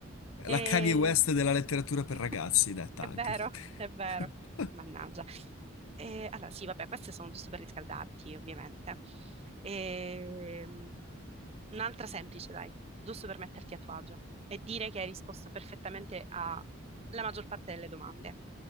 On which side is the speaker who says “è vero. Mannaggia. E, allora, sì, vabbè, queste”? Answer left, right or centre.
Right